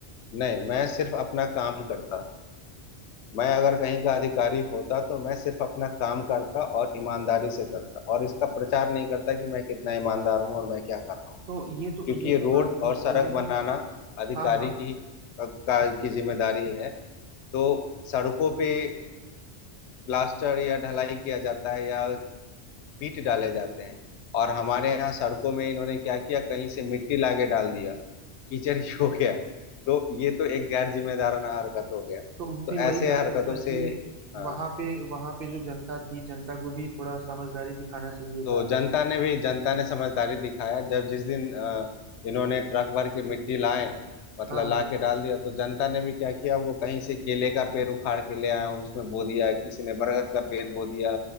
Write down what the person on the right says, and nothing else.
तो ये तो
ये
तो बात
तो
हो
गई
हाँ हाँ
तो वो
फिर वही
बात
है ना
कि
वहाँ पे वहाँ पे जो जनता थी जनता को भी थोड़ा समझदारी दिखाना चाहिए था
हाँ हाँ